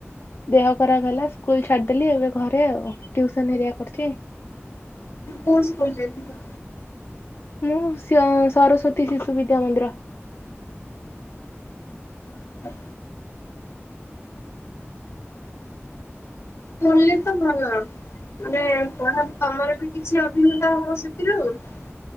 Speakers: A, on the left (about 55°); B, on the left (about 70°).
A: ଦେହ ଖରାପ ହେଲା। ସ୍କୁଲ ଛାଡ୍‌ଦେଲି ଏବେ ଘରେ ଆଉ, ଟୁଉସନ୍ କର୍ଚି।
B: <inaudible>
A: ମୁଁ ସରସ୍ଵତୀ ଶିଶୁ ବିଦ୍ୟା ମନ୍ଦିର
B: ହଁ <inaudible> <unintelligible>